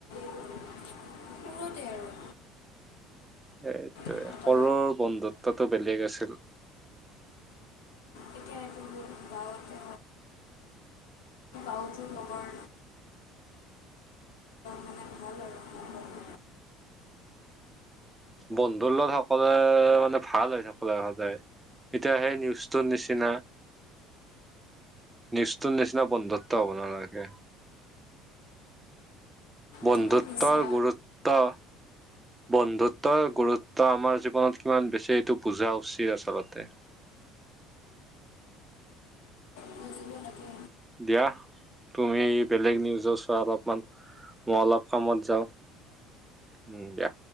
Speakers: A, on the left; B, on the right.
A: মানে সৰুতে আৰু।
B: সেইটোয়ে
A: এটা বয়সত
B: সৰুৰ বন্ধুত্বটো বেলেগ আছিল।
A: এতিয়া এইটো গাঁৱতে হওক বা ঘৰতে আৰু তোৰ খবৰ? মানে ভাল আৰু ভাল লগৰ
B: বন্ধুৰ লগ সকলে মানে ভাল হৈ থাবলৈ লাগে সদায়। এতিয়া সেই নিউজটোৰ নিচিনা। নিজটোৰ নিচিনা বন্ধত্ব হ'ব নালাগে। বন্ধুত্বৰ
A: সেইবোৰ মিছা
B: গুৰুত্ব বন্ধুত্বৰ গুৰুত্ব আমাৰ জীৱনত কিমান বেছি এইটো বুজা উচিত আচলতে।
A: বুজিব লাগে
B: দিয়া তুমি বেলেগ নিউজ‌ চোৱা বা অলপমান মই অলপ কামত যাও, উম, দিয়া।